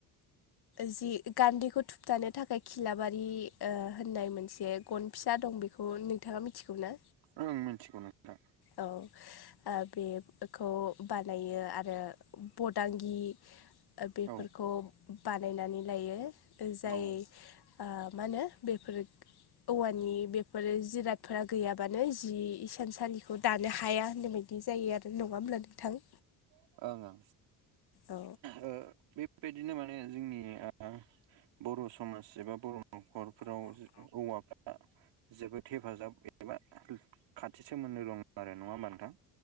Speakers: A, on the left; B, on the right.
A: जि गान्दिखौ थुबथानो थाखाय खिलाबारि ओ होननाय मोनसे गन फिसा दं बेखौ नोंथाङा मिथिगौ ना?
B: ओं मोनथिगौ नोंथां
A: औ ओ बेखौ बानायो आरो बदांगि ओ बेफोरखौ
B: औ
A: बानायनानै लायो ओ जाय
B: ओं ओं
A: ओ मा होनो बेफोर औवानि बेफोर जिरादफोरा गैयाबानो जि इसान सालिखौ दानो हाया होननाय बायदि जायो आरो नङा होमब्ला नोंथां
B: ओं ओं ओ
A: औ
B: बे बेबायदिनो माने जोंनि ओ बर' समाज एबा बर' न'खरफोराव औवाफ्रा जोबोद हेफाजाब एबा खाथि सोमोन्दो दङ आरो नङा होमबा नोंथां